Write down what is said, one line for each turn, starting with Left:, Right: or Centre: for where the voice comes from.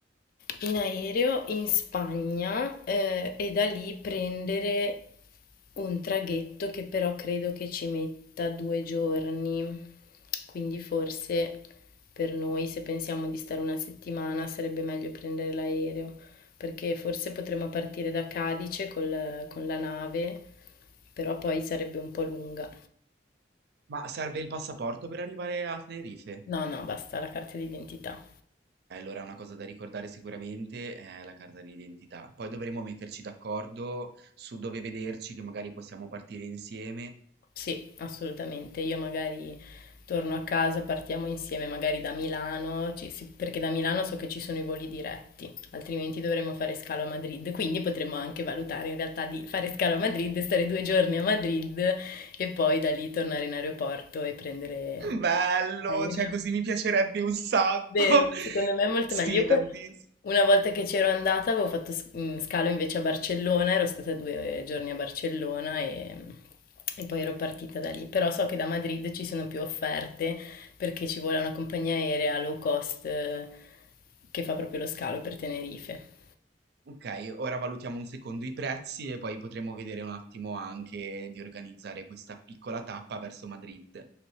Left: in aereo in Spagna eh, e da lì prendere un traghetto che però credo che ci metta due giorni. Quindi forse per noi, se pensiamo di stare una settimana, sarebbe meglio prendere l'aereo, perché forse potremmo partire da Cadice col- con la nave, però poi sarebbe un po' lunga.
Right: ma serve il passaporto per arrivare a Tenerife?
Left: No, no, basta la carta d'identità.
Right: Eh, Allora, una cosa da ricordare sicuramente è la carta d'identità. Poi dovremo metterci d'accordo su dove vederci, che magari possiamo partire insieme.
Left: Sì, assolutamente. Io magari torno a casa, partiamo insieme magari da Milano, ci- sì, perché da Milano so che ci sono i voli diretti, altrimenti dovremmo fare scalo a Madrid. Quindi potremmo anche valutare in realtà di fare scalo a Madrid, stare due giorni a Madrid e poi da lì tornare in aeroporto e prendere
Right: Bello,
Left: l'aereo.
Right: cioè così mi piacerebbe un sacco.
Left: Vero,
Right: <laughs>
Left: secondo me è molto
Right: Sì,
Left: meglio. Io que-
Right: tantissimo.
Left: una volta che c'ero andata avevo fatto s- mm, scalo invece a Barcellona, ero stata due eh, giorni a Barcellona e, e poi ero partita da lì. Però so che da Madrid ci sono più offerte perché ci vuole una compagnia aerea low cost eh, che fa proprio lo scalo per Tenerife.
Right: Ok, ora valutiamo un secondo i prezzi e poi potremo vedere un attimo anche di organizzare questa piccola tappa verso Madrid.